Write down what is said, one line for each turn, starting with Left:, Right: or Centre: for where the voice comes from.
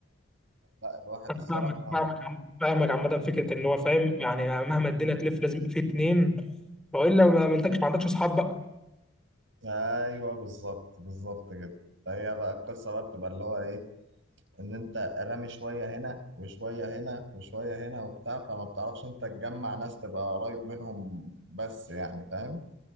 Right: لا الواحد
Centre: انا
Right: الصراحه
Centre: فاهمك فاهمك عم- فاهمك عامه فكره ان هو فاهم يعني مهما الدنيا تلف لازم في اتنين والا ما ما انتكش ما عندكش اصحاب بقى
Right: ايوه بالظبط بالظبط كده فهي بقى القصه بقى بتبقى اللي هو ايه ان انت رامي شويه هنا وشويه هنا وشويه هنا وبتاع فما بتعرفش انت تجمع ناس تبقى قريب منهم بس يعني فاهم